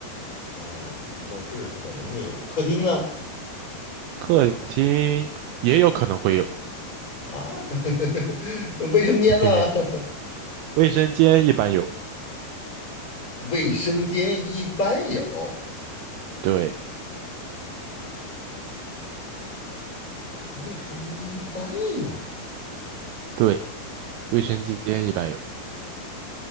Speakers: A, on the left; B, on the right.
A: 嗯，卧室可能会有，客厅呢？
B: 客厅也有可能会有。
A: 啊，<laughs> 卫生间呢？
B: 嘿嘿，
A: <laughs>
B: 卫生间一般有。
A: 卫生间一般有，
B: 对
A: 卫生间一般有。
B: 对，卫生间一般有。